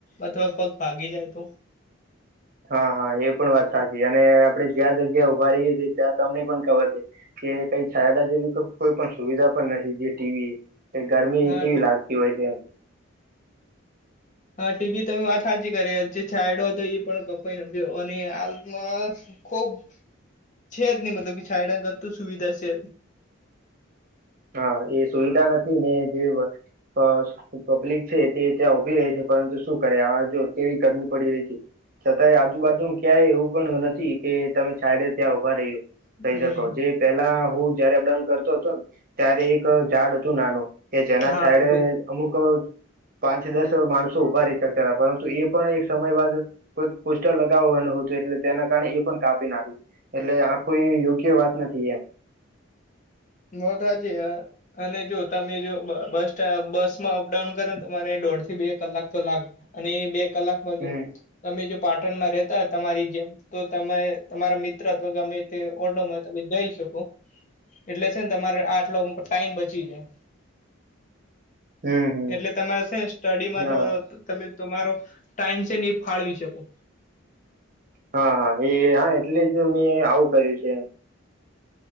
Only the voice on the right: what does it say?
હા હા એ પણ વાત સાચી અને આપડે જ્યાં જગ્યા ઉભા રહિએ છીએ ત્યાં તમને પણ ખબર છે. કે કઈ છાયદા જેવી તો કોઈ પણ સુવિધા પણ નથી જે ટી વી કે ગરમી
કેવી લાગતી હોય છે
હા એ સુવિધા નથી ને જે <unintelligible> જે પબ્લિક છે તે ત્યાં ઉભી રહે છે, પરંતુ શું કરે આ જો કેવી ગરમી પડી રહી છે. છતાંય આજુબાજુ ક્યાંય એવું પણ નથી કે તમે છાયડે ત્યાં ઉભા રઈ હ થઈ
શકો જે પેલા હું જયારે અપડાઉન કરતો તો ને ત્યારે એક ઝાડ હતું નાનું કે જેના
છાયડે
અમુક પાંચ દસ માણસો ઊભા રેતા તા પરંતુ એ પણ એક સમય બાદ કોઈક પોસ્ટર લગાવવાનું હતું એટલે તેના કારણે એ પણ કાપી નાખ્યું. એટલે આ કોઈ યોગ્ય વાત નથી એમ.
હમ
હમ હમ
હા
હા હા એ હા એટલે જ મેં આવું કર્યું છે.